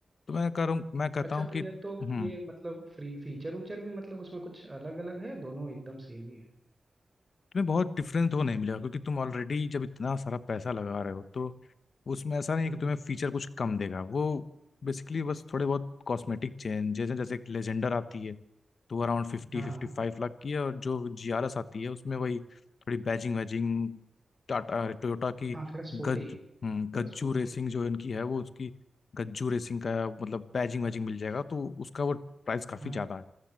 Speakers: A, on the left (about 70°); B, on the right (about 15°).
A: तो मैं कह रहा हूँ मैं कहता
B: अच्छा
A: हूँ
B: भैया
A: कि
B: तो
A: हम्म
B: ये मतलब फ्री फीचर उचर भी मतलब उसमें कुछ अलग अलग है दोनों एकदम सेम ही है
A: तुम्हें बहुत डिफरेंस तो नहीं मिलेगा क्योंकि तुम ऑलरेडी जब इतना सारा पैसा लगा रहे हो तो उसमें ऐसा नहीं
B: हम्म
A: है कि तुम्हें फीचर कुछ कम देगा वो बेसिकली बस थोड़े बहुत कॉस्मेटिक चेंजेस हैं जैसे एक लेजेंडर आती है तो अराउंड फिफ्टी
B: हाँ
A: फिफ्टी
B: हाँ
A: फाइव लाख की है और जो जी आर एस आती है उसमें वही थोड़ी बैजिंग वैजिंग टाटा टोयोटा की
B: हाँ थोड़ा स्पोर्टी
A: गज
B: है थोड़ा
A: हम्म, गज्जू
B: स्पोर्टी
A: रेसिंग
B: है
A: जो इनकी है वो उसकी गज्जू रेसिंग का मतलब बैजिंग वैजिंग मिल जाएगा तो उसका वो प्राइस काफ़ी
B: हाँ
A: ज़्यादा है